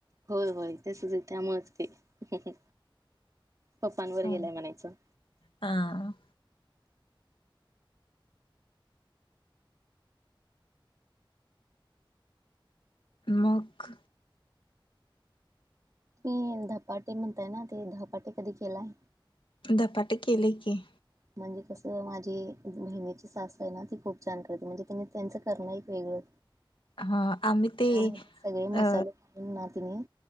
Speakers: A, on the right; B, on the left.
A: होय होय, तसच आहेत, त्यामुळेच ते, पप्पांवर
B: हा
A: गेलाय म्हणायचं.
B: हा. मग
A: मी धपाटे म्हणतय ना, ते धपाटे कधी केलाय?
B: धपाट केले की
A: म्हणजे कसं, माझी महिन्याची सास आहे ना, ती खूप छान करते, म्हणजे तने त्यांचं करणं एक वेगळं
B: हा आम्ही ते
A: मध्ये सगळे मसाले
B: अ
A: घालून ना तेनी